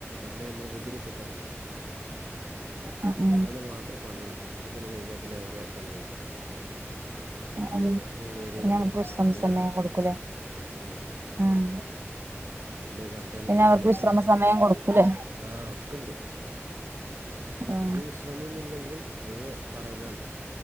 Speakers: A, on the right (about 80°); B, on the right (about 55°).
A: അവരെ നമ്മള് ബുദ്ധിമുട്ടിക്കാറില്ല.
B: ഉം
A: രാവിലെ മാത്രെ പണിയുള്ളൂ. അഞ്ച് മണി കഴിഞ്ഞാ പിന്നെ അവരെ പണി കഴിഞ്ഞ്‌.
B: ഉം
A: അഞ്ച് മണി വരെയെ
B: പിന്നെ
A: ഇള്ളൂ
B: അവർക്ക് വിശ്രമ
A: അവർക്കുള്ള
B: സമയം
A: ഡ്യൂട്ടി.
B: കൊടുക്കൂലേ
A: ഉം.
B: ആഹ്
A: പിന്നെ സൺ‌ഡേ ലീവു
B: പിന്നെ അവർക്ക്
A: ആണ്.
B: വിശ്രമ സമയം കൊടുക്കൂലേ
A: ആഹ് ഒക്കെണ്ട്. അവര്
B: ആഹ്
A: വിശ്രമൊന്നില്ലെങ്കിലും അവര് പറയലാണ്,